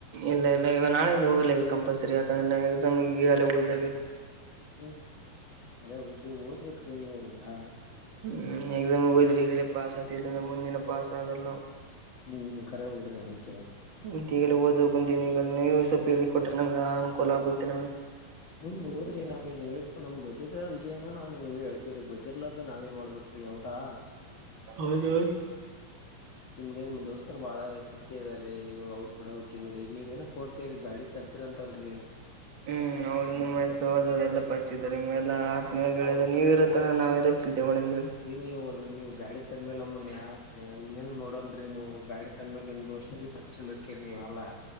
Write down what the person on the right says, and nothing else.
ಇಲ್ಲ ಇಲ್ಲ ಈಗ ನಾಳೆಯಿಂದ ಹೋಗ್ಲೇಬೇಕು ಕಂಪಲ್ಸರಿ ಯಾಕಂದ್ರೆ ಎಕ್ಸಾಮ್ಗೆ ಈಗಾಗಲೆಹೋಗಲೇಬೇಕು.
ಹ್ಮ್, ಎಕ್ಸಾಮ್ಸ್ ಗ ಓದಿದರೆ ಈಗನಪಾಸ ಆಗತಿವಿ ಮುಂದ ದಿನ ಪಾಸ ಆಗಲ್ಲಾನಾವ್.
ಮ ಈಗಲ್ಲ ಓದೋಗಂತಿನಿ ಈಗ ನೀವು ಸ್ವಲ್ಪ ಹೇಳಿ ಕೊಟ್ರೆ ನಮ್ಗೆ ಅನುಕೂಲ ಆಗುತ್ತೆ ನಮ್ಗೆ.
ಹೌದು
ಹ್ಮ್ ಹೌದು ನಿಮ್ಮ ಸೋದರರೆಲ್ಲ ಪರಿಚಿದಿದ್ದಾರೆ ಎಲ್ಲ ಆತ್ಮೀಯಾಗ ಗೆಳಯರು ನೀವು ಇರೊತ್ತನ ನಾವ ಎಲ್ಲ ಚಿಂತೆ ಮಾಡಣ ಅಂತ ಹೇಳಿ.